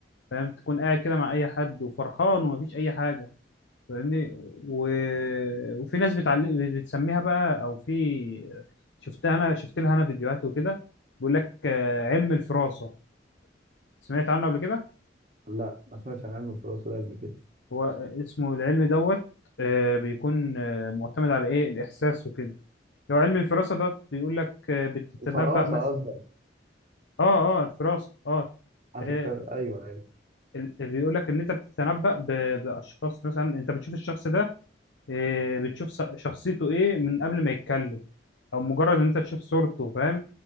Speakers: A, on the left (about 80°); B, on the right (about 40°).
A: فاهم تكون قاعد كده مع اي حد وفرحان ومفيش اي حاجه فاهمني و... وفي ناس بتعلق بتسميها بقى او في شفتها انا شفت لها انا فيديوهات وكده بيقول لك آه، علم الفراسه سمعت عنه قبل كده
B: لا ما سمعتش عن علم الفراسه ده قبل كده
A: هو اسمه العلم دوت آه، بيكون آه، معتمد على ايه الاحساس وكده لو علم الفراسة ده بيقول لك آه، بتتنبأ
B: الفراسه
A: مثلا
B: قصدك
A: اه اه الفراسة اه
B: افكر
A: آه،
B: ايوه ايوه
A: ال- بيقول لك ان انت بتتنبأ ب- باشخاص مثلا انت بتشوف الشخص ده آه، بتشوف س- شخصيته ايه من قبل ما يتكلم او مجرد ان انت تشوف صورته فاهم